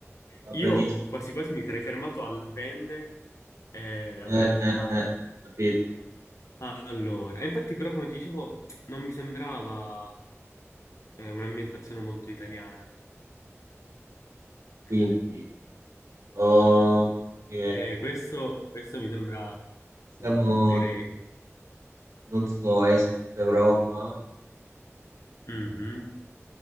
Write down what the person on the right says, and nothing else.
va
benissimo.
Eh,
eh,
eh, capito?
Quindi, ok,
siamo,
non so, Est Europa.